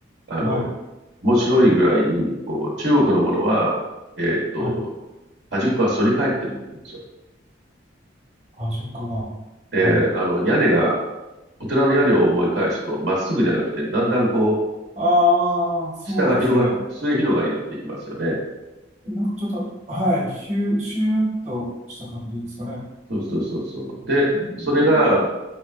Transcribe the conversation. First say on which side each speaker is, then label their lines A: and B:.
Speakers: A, on the right (about 60°); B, on the right (about 35°).
A: あの、
B: はい、
A: 面白いぐらいに、こう、中国のものは、えっと、
B: はい
A: 端っこは反り返ってるって言うんですよ。
B: 端っこが。
A: で、
B: はい。
A: あの、屋根が、お寺の屋根を思い返すと、まっすぐじゃなくて、だんだんこう、
B: ああ、そうですね。
A: 下が広がっ、末広がりになっていきますよね。
B: なんかちょっと、はい、シュー、シューっとした感じですかね。
A: そうそうそうそう。で、
B: うん、
A: それが、